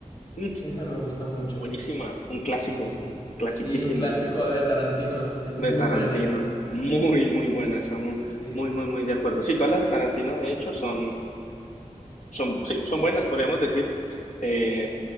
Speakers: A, on the left (about 65°); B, on the left (about 35°).
A: Mm,
B: Esa me gusta mucho.
A: buenísima, un clásico,
B: Sí, sí.
A: clasiquísimo
B: Sí, un clásico de Tarantino. Es
A: de
B: muy
A: Tarantino.
B: buena.
A: Muy, muy buena, estamos
B: Sí.
A: muy, muy, muy de acuerdo. Sí, todas las de Tarantino, de hecho, son, son, sí, son buenas, podríamos decir. Eh,